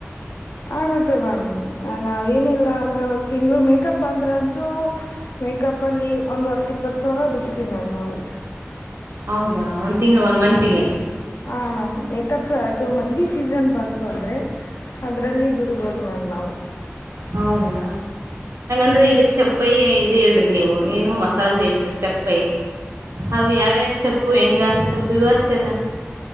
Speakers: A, on the left (about 70°); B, on the right (about 80°).
A: ಆಗುತ್ತೆ ಮ್ಯಾಮ್ ನಾವ್ ಏನಿಲ್ಲ ಅಂದ್ರೆ ಒ್ ತಿಂಗ್ಗಳು ಮೇಕಪ್ ಬಂದ್ರಂತೂ ಮೇಕಪ್ ಅಲ್ಲಿ ಒಂದು್ ಹತ್ತ ಇಪ್ಪತ್ತು ಸಾವಿರ ದುಡಿತೀವಿ ಮ್ಯಾಮ್ ನಾವು
B: ಹೌದಾ ಒಂದ್ ತಿಂಗಗಳು ಒಂದ್ ಮತ್ಗೆ
A: ಹ ಮ್ಯಾಮ್ ಮಕಪ್ ಇದು ಮದ್ವಿ ಸೀಸನ್ ಬಂತು ಅಂದ್ರೆ ಅದ್ರಲ್ಲಿ ದುಡಿಬೋದು ಮ್ಯಾಮ್ ನ ನವು
B: ಹೌದಾ ಹಂಗಂದ್ರೆ ಈಗಷ್ಟೆ ಪ್ಪೈ ಇದು ಹೇಳಿದ್ರಿ ನೀವು ಏನು ಮಸಾಜ್ ಹೇಳಿದ್ರಿ ಸ್ಟೆಪ್ಪೈ ಅ ಯಾವ್ಯಷ್ಟಪ್ಪು ಹೆಂಗ ಅಂತ ಸ್ವಲ್ಪ ವಿವಸಲ್ಲ